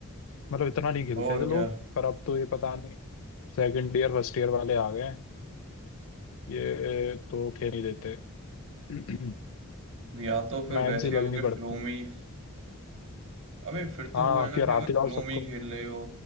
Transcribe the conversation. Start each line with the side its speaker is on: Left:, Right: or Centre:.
Left: मतलब इतना नहीं खेलते
Right: और
Left: थे लोग
Right: क्या
Left: पर अब तो ये पता नहीं सेकंड ईयर फर्स्ट ईयर वाले आ गए हैं ये तो खेल नहीं देते <clears throat>
Right: या तो फिर
Left: लाइन
Right: वैसे
Left: से लगनी
Right: हो गए
Left: पड़ती
Right: फ्लो में ही अबे फिर तो
Left: हाँ
Right: वो है ना
Left: कि
Right: कि
Left: हराते
Right: अगर
Left: जाओ
Right: फ्लो
Left: सबको
Right: में ही खेल रहे हो